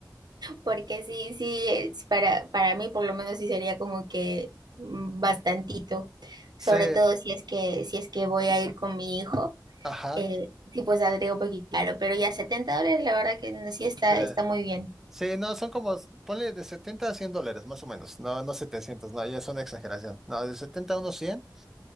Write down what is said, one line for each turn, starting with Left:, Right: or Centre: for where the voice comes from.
Right: Porque sí, sí, es para, para mí por lo menos sí sería como que mm, bastantito,
Centre: Sí,
Right: sobre todo si es que, si es que voy a ir con mi hijo,
Centre: ajá.
Right: eh, sí pues saldría un poquito caro, pero ya 70 dólares la verdad que no, sí está,
Centre: Sí,
Right: está muy bien.
Centre: Sí, no, son como, ponle de setenta a 100 dólares, más o menos. No, no 700, no, ya es una exageración. No, de 70 a unos 100.